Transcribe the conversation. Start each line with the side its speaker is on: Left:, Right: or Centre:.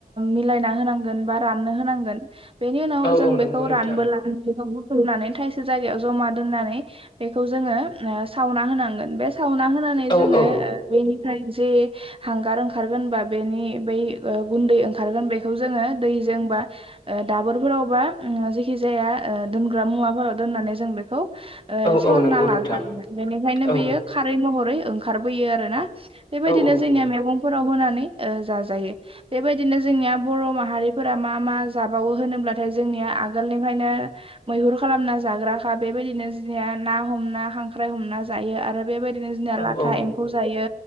Right: मिलायना होनांगोन बा राननो होनांगोन। बेनि उनाव
Left: औ
Right: जों
Left: औ नंगौ
Right: बेखौ
Left: नोंथां
Right: रानबोला बेखौ बुथुमनानै थाइसे जायगायाव जमा। दोननानै बेखौ जोङो सावना होनांगोन बे सावना होनानै
Left: औ
Right: जोङो।
Left: औ
Right: जे हांगार ओंखारगोन बेनि बै गुन्दै ओंखारगोन बेखौ जोंडो। जोंबा दाबोरफोरावबा जेखि जाया दोनग्रा मुवाफोराव दोननानै जों बेखौ।
Left: औ
Right: सरना
Left: औ नंगौ
Right: लाजायो
Left: नोंथां
Right: बेनिखायनो
Left: औ
Right: बेयो खारै महरै ओंखारबोयो आरो ना। बेबायदिनो
Left: औ औ नंगौ
Right: जोंनिया मैगं ज बेबायदिनो जोंनि बर माहारिफोरा मा मा जाबावो नाथाय जोंनि आगोलनिफ्रायनो मैहुर खालामना जाग्राखा बेबायदि। बिदिनो जनिया ना हमना खांख्राइ हमना जायो आरो। बेबायदिनो जोंनिया
Left: औ
Right: लाथा
Left: औ
Right: एम्फौ जायो